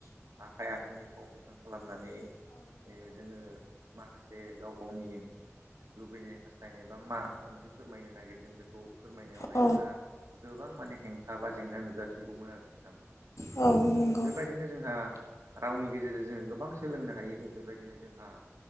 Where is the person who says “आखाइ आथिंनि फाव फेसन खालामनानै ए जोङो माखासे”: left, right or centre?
Right